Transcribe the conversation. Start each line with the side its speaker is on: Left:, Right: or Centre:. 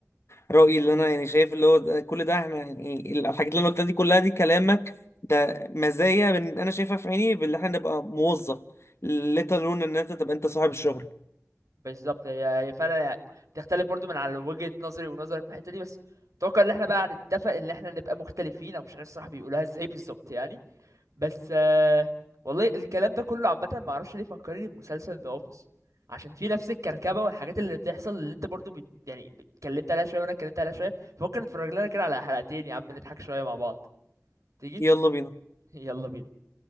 Left: رأيي اللي أنا يعني شايف اللي هو ده- كل ده إحنا يعني الحاجات اللي أنا قلتها دي كلها دي كلامك ده مزايا من أنا شايفها في عيني باللي إحنا نبقى موظف لا تلون إن أنت تبقى أنت صاحب الشغل
Right: بالظبط هي هي فعلا يعني بتختلف برضو من على وجهة نظري ونظرك في الحتة دي بس اتوقع ان احنا بقى هنتفق ان احنا نبقى مختلفين او مش عارف الصراحة بيقولوها ازاي بالظبط يعني بس آه، والله الكلام ده كله عامة ما اعرفش ليه فكرني بمسلسل ذا اوفيس عشان في نفس الكركبة والحاجات اللي بتحصل اللي انت برضو بت... يعني اتكلمت عليها شوية وانا اتكلمت عليها شوية فممكن نتفرج لنا كده على حلقتين يا عم نضحك شوية مع بعض تيجي
Left: يلا بينا
Right: <laughs> يلا بينا